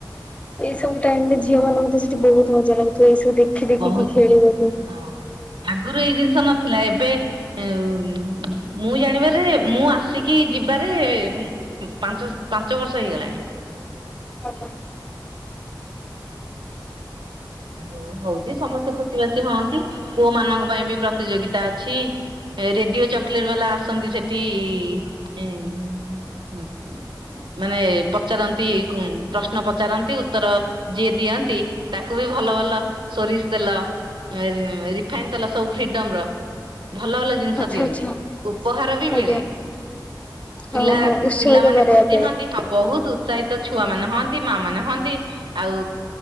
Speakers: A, on the left; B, on the right.
A: ଏଇ ସବୁ ଟାଇମ ରେ ଝିଅ ମାନଙ୍କୁ ତ ସେଠି ବହୁତ ମଜା ଲାଗୁଥିବ। ଏଇ ସବୁ ଦେଖି ଦେଖିକି
B: ବହୁତ
A: ଖେଳିବାକୁ।
B: ହଁ। ଆଗରୁ ଏଇ ଜିନିଷ ନଥିଲା ଏବେ ଆମ୍ ଉ ମୁଁ ଜାଣିବାରେ ମୁଁ ଆସିକି ଯିବାରେ ଏମ୍ ପାଞ୍ଚଶ୍ ପାଞ୍ଚ ବର୍ଷ ହେଇଗଲାଣି।
A: ଆଚ୍ଛା
B: ହଉ ହଉଛି ସମସ୍ତେ ଖୁସି ବାସି ହଅନ୍ତି ପୁଅ ମାନଙ୍କ ପାଇଁ ବି ପ୍ରତିଯୋଗିତା ଅଛି। ରେଡିଓ ଚକୋଲେଟ୍ ବାଲା ଆସନ୍ତି ସେଠି ଇ ଏନ୍ ଉଁ ମାନେ ପଚାରନ୍ତି ଉଁ ପ୍ରଶ୍ନ ପଚାରନ୍ତି। ଉତ୍ତର ଯିଏ ଦିଅନ୍ତି ତା ବି ଭଲ ଭଲ ସୋରିଷ ତେଲ, ରି ରି ରିଫାଇନ ତେଲ ସବୁ ଫ୍ରିଡମ ର ଭଲ ଭଲ ଜିନିଷ ଦିଅନ୍ତି
A: ଆଚ୍ଛା
B: ଉପହାର ବି ମିଳେ।
A: ଆଜ୍ଞା ହଁ
B: ପିଲା
A: ହଁ ଉତ୍ସାହିତ
B: ପିଲାମାନେ
A: କରିବା
B: ଖୁସି
A: ପାଇଁ
B: ହୁଅନ୍ତି ହଁ ବହୁତ ସହିତ ଛୁଆ ମାନେ ହଅନ୍ତି, ମା ମାନେ ହଅନ୍ତି, ଆଉ